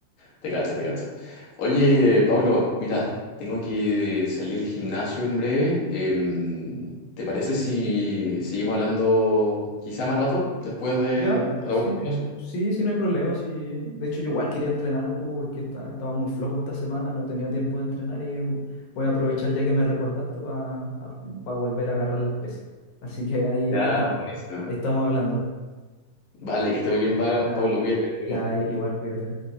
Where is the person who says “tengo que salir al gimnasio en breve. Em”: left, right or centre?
Left